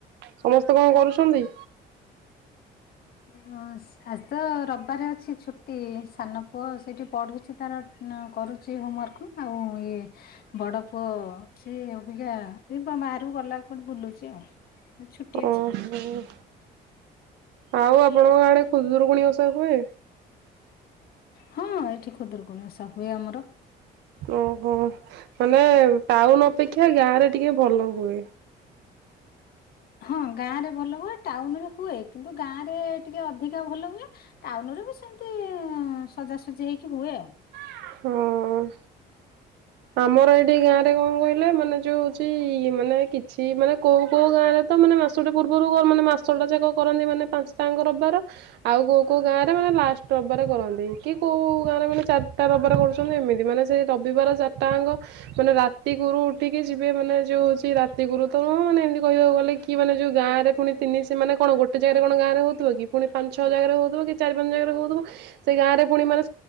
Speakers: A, on the right; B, on the left.
A: ସମସ୍ତେ କଣ କରୁଛନ୍ତି?
B: <unintelligible> ଆଜି ତ ରବିବାର ଅଛି ଛୁଟି ସାନ ପୁଅ ସେଇଠି ପଢୁଛି ତାର କରୁଚି ଉଁ ହୋମମାର୍କରୁ। ଆଉଁ ଇଏ ବଡ ପୁଅ ସିଏ ଅବିକା ଏଇପା <unintelligible> ବାହାରକୁ ଗଲା କୁଆଡେ ବୁଲୁଛି ଆଉ। ଛୁଟି ଅଛି।
A: ଓହୋ ଆଉ ଆପଣଙ୍କ ଆଡେ ଖୁଦରୁକୁୁଣି ଓସା ହୁଏ?
B: ହଁ ଏଠି ଖୁଦରୁକୁୁଣୀ ଓସା ହୁଏ ଆମର।
A: ଓହୋ ମାନେ ଟାଉନ ଅପେକ୍ଷା ଗାଁ ରେ ଟିକେ ଭଲ ହୁଏ।
B: ହଁ ଗାଁ ରେ ଭଲ ହୁଏ ଟାଉନରେ ହୁଏ କିନ୍ତୁ ଗାଁ ରେ ଟିକେ ଅଧିକା ଭଲ ହୁଏ। ଟାଉନ ରୁ ବି ସେମିତି ଉଁ ସଜାସଜି ହେଇକି ହୁଏ ଆଉ
A: ହଁ। ଆମର ଏଇଠି ଗାଁ ରେ କଣ କହିଲେ ମାନେ ଯୋଉ ହଉଛି ମାନେ କିଛି ମାନେ କୋଉ କୋଉ ଗାଁରେ ତ ମାନେ ମାସଟେ ପୂର୍ବରୁ ମାନେ ମାସଟା ଯାକ କରନ୍ତି ମାନେ ପାଞ୍ଚ ଟାଙ୍କ ରବିବାର ଆଉ କୋଉ କୋଉ ଗାଁ ରେ ମାନେ ଲାଷ୍ଟ ରବିବାରେ କରନ୍ତି କି କୋଉ ଗାଁରେ ମାନେ ଚାରିଟା ରବିବାରେ କରୁ ମାନେ ଏମିତି ମାନେ ସେଇ ରବିବାର ଚାରିଟାଙ୍କ ମାନେ ରାତି କୁରୁ ଉଠିକି ଯିବେ ମାନେ ଯୋଉ ହଉଛି ରାତି କୁରୁ ତ ନୁହେମାନେ ଏମିତି କହିବାକୁ ଗଲେ କି? କି ମାନ ଯୋଉ ଗାଁରେ ପୁଣି ତିନି ସେ ମାନେ କଣ ଗୋଟେ ଜାଗାରେ କଣ ଗାଁରେ ହଉଥିବକି ପୁଣିପାଞ୍ଚ ଛଅ ଜାଗାରେ ହଉଥିବ କି ଚାରି ପାଞ୍ଚ ଜାଗାରେ ହୋଉଥିବ। ସେ ଗାଁରେ ପୁଣି ମାନେ